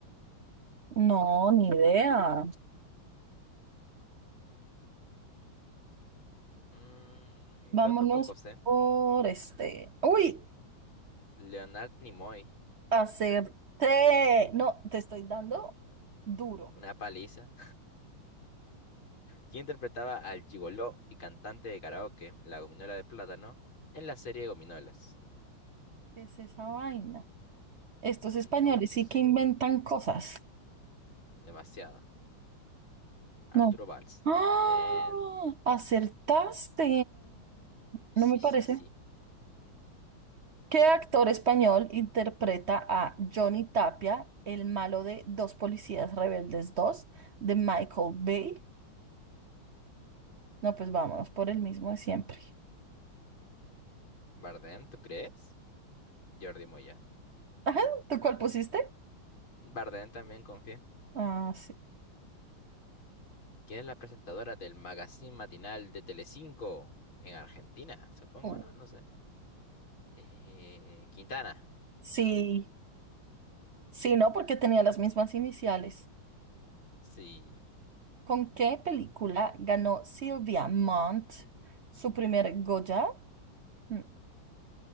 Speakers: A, on the right; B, on the left.
A: No, ni idea.
B: Mm,
A: Vámonos
B: yo tampoco sé.
A: por este. ¡Uy!
B: Leonard Nimoy.
A: Acerté. No, te estoy dando duro.
B: Una paliza. quien interpretaba al gigoló y cantante de karaoke, la gominola de plátano, en la serie Gominolas.
A: ¿Qué es esa vaina? Estos españoles
B: No
A: sí
B: sé,
A: que inventan cosas.
B: demasiado. Arturo
A: No.
B: Valls.
A: ¡Ah!
B: Bien.
A: ¡Acertaste!
B: Sí,
A: No me parece.
B: sí, sí.
A: ¿Qué actor español interpreta a Johnny Tapia, el malo de Dos Policías Rebeldes dos, de Michael Bay? No, pues vámonos por el mismo de siempre.
B: Bardem, ¿tú crees? Jordi Moya.
A: Ajá, ¿tú cuál pusiste?
B: Bardem también confía.
A: Ah, sí.
B: ¿Quién es la presentadora del magazine matinal de Telecinco? En Argentina, supongo,
A: Uh,
B: ¿no? No sé. Eh, Quintana.
A: Sí,
B: Vamos.
A: sí, no, porque tenía las mismas iniciales.
B: Sí.
A: ¿Con qué película ganó Silvia Mont su primer Goya? Mm,